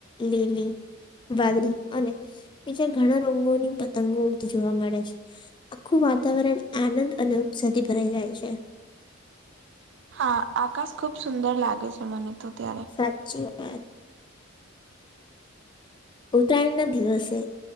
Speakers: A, on the left; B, on the right.
A: લીલી. વાદળી અને બીજા ઘણા રંગોની પતંગો ઉડતી જોવા મળે છે. આખું વાતાવરણ આનંદ અને ઉત્સાથી ભરાઈ જાય છે.
B: હા! આકાશ ખુબ સુંદર લાગે છે મને તો ત્યારે.
A: સાચી વા ઉત્તરાયણના દિવસે